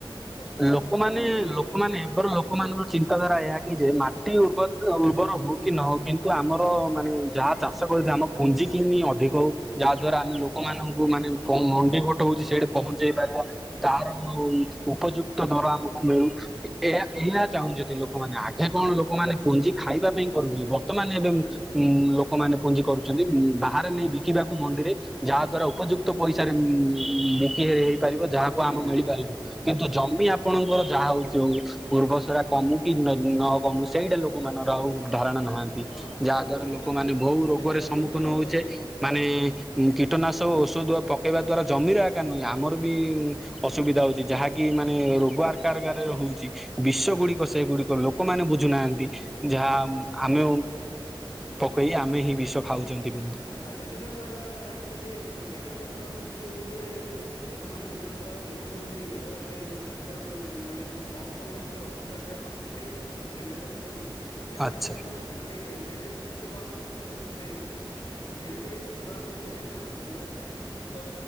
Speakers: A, on the left (about 60°); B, in the centre.
A: ପଶୁପାଳନ
B: ଲୋକମାନେ
A: ପ୍ରତି ବହୁତ ଦୂରେଇ
B: ଲୋକମାନେ
A: ଗଲେଣି
B: ୟାଙ୍କର ଲୋକମାନଙ୍କ ଚିନ୍ତାଧାରା ଏହା କି ଯେ ମା ଉ ଉର୍ବର ହଉ କି ନ ହଉ କିନ୍ତୁ ଆମର ମାନେ ଯାହା ଚାଷ କରଛି ଆମ ପୁଞ୍ଜି କିିମି ଅ ଅଧିକ ହଉ ଯାହା ଦ୍ଵାରା ଆମେ ଲୋକମାନଙ୍କୁ
A: ଆଚ୍ଛା
B: ମାନେ
A: ହୁଁ
B: ମଣ୍ଡି ଭୋଟ ହଉଛି ସେଇଠି ପହଞ୍ଚେଇ ପାରିବା। ତା ଉପଯୁକ୍ତ ଦର ଆମକୁ ମିଳୁ। ଏହା
A: ଆଚ୍ଛା
B: ଏହା ଚାହୁଁଛନ୍ତି
A: ହୁଁ
B: ଲୋକମାନେ। ଆଗେ କଣ ଲୋକମାନେ ପୁଞ୍ଜି ଖାଇବା ପାଇଁ କରୁଥିଲେ। ବର୍ତ୍ତମାନ ଏବେ
A: ହୁଁ
B: ଉ ଲୋକମାନେ ପୁଞ୍ଜି କରୁଛନ୍ତି ବାହାରେ ନେଇ ବିକିବାକୁ। ମଣ୍ଡିରେ। ଯାହା ଦ୍ଵାରା ଉପଯୁକ୍ତ
A: ହୁଁ
B: ପଇସାରେ ବିକି ହେଇପାରିବ। ଯାହାକୁ
A: ବିକ୍ରି
B: ଆମ ମିଳିପାରିବ।
A: ହେଇପାରିବ।
B: କିନ୍ତୁ
A: ହେପା
B: ଜମି ଆପଣଙ୍କର ଯାହା ହଉଛି ହୋଉ। ପୂର୍ବସରା କମୁଟି କି ନ କମୁ ସେଇଟା ଲୋକମାନଙ୍କର ଆଉ ଧାରଣା ନାହାନ୍ତି
A: ହଁ
B: ଯାହା
A: ତ
B: ଦ୍ଵାରା
A: ବିଭିନ୍ନ
B: ଲୋକମାନେ
A: ପ୍ରକାରର ମେସିନ୍
B: ବହୁ ରୋଗରେ
A: ଯେତେବେଳେ
B: ସମ୍ମୁଖୀନ
A: ଆପଣ
B: ହଉଛେ।
A: କହିଲେ
B: ମାନେ
A: ହୁଁ
B: କି କୀଟନାଶକ ଔଷଧ ପକେଇବା ଦ୍ଵାରା ଜମିର ଏକା ନୁହେଁ। ଆମର ବି ଅସୁବିଧା ହଉଛି ଯାହାକି ମାନେ ରୋଗ ଆରକାରଗାରରେ ହଉଛି ବିଷ
A: ଆଚ୍ଛା
B: ଗୁଡିକ ସେଗୁଡିକ ଲ ଲୋକମାନେ ବୁଝୁନାହାନ୍ତି ଯାହା ଆମେ ପକେଇ ଆମେ ହିଁ ବିଷ ଖାଉଛନ୍ତି। ବୋଲି
A: ଆଚ୍ଛା ବିଭିନ୍ନ ପ୍ରକାର ଆପଣ ଜାଣିଥିବେ ଯେ ଜ୍ଞାନ କୌଶଳର ବୃଦ୍ଧି ଯୋଗୁ ଯେ ଲୋକମାନେ ବିଭିନ୍ନ ପ୍ରକାର ନ ମଧ୍ୟ ବ୍ୟବହାର କରିବା ଯୋଗୁ ଚାଷର ମାନେ କମ ସମୟରେ କିବଳ ଅଧିକ ଆଦାୟ କରିବେ। ସେ ବିନା ପରିଶ୍ରମରେ ତ ସେଥିପ୍ରତି
B: ଆଚ୍ଛା
A: ସେମାନେ ଧ୍ୟାନ ଦେଇ ଦେଇ ଧୀରେ ଧୀରେ ପଶୁପାଳନ କଠୁ ସେମାନେ ଦୂରେଇ ଗଲେଣି। ଧୀରେ ଧୀରେ ପଶୁପାଳନ ମଧ୍ୟ ଧୀରେ ଧୀରେ କମିଗଲା ନାହିଁ। ତ